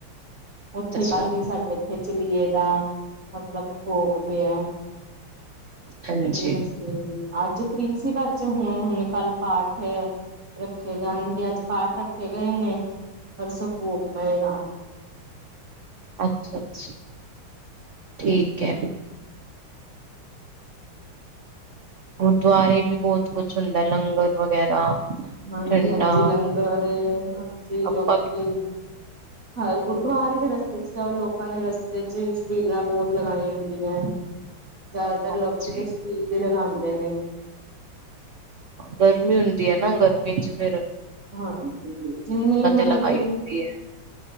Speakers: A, on the right; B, on the right.
A: ਉੱਥੇ
B: ਅੱਛਾ
A: ਕੱਲ ਹੀ ਸਾਡੇ ਤੇ ਚਲੀਏ ਦਾ, ਮਤਲਬ ਭੋਗ ਪਿਆ।
B: ਹਾਂਜੀ
A: ਦੱਸ ਅੱਜ ਫ੍ਰੀ ਸੀ <unintelligible> ਹੁਣ-ਹੁਣ ਕੱਲ ਪਾਠ ਰੱਖੇ ਜਾਣਗੇ, ਅੱਜ ਪਾਠ ਰੱਖੇ ਗਏ ਨੇ। ਪਰਸੋ ਭੋਗ ਪਏਗਾ।
B: ਅੱਛਾ-ਅੱਛਾ, ਠੀਕ ਐ। ਗੁਰਦੁਆਰੇ ਵੀ ਬਹੁਤ ਕੁਛ ਹੁੰਦਾ ਲੰਗਰ ਵਗੈਰਾ
A: ਹਾਂਜੀ-ਹਾਂਜੀ
B: ਠੰਡਾ
A: ਲੰਗਰ ਹਾਂਜੀ
B: ਆਪਾਂ
A: ਲੋਕੀ ਹਰ ਗੁਰਦੁਆਰੇ ਦੇ ਰਸਤੇ 'ਚ' ਜਾਉ ਲੋਕਾਂ ਨੇ ਰਸਤੇ 'ਚ' ਸ਼ਬੀਲਾਂ ਬਹੁਤ ਲਗਾਈ ਹੁੰਦੀਆਂ। ਜ਼ਿਆਦਾਤਰ
B: ਹਾਂਜੀ
A: ਲੋਕੀ ਦੇ ਸ਼ਵੀਲ ਦੇ ਲਗਾਉਂਦੇ ਨੇ।
B: ਗਰਮੀ ਹੁੰਦੀ ਐ ਨਾ ਗਰਮੀ 'ਚ ਫ਼ਿਰ
A: ਹਾਂਜੀ, ਜਿੰਨੀ ਮਤਲਬ
B: ਲਗਾਈ
A: ਕਿ
B: ਹੁੰਦੀ ਹੈ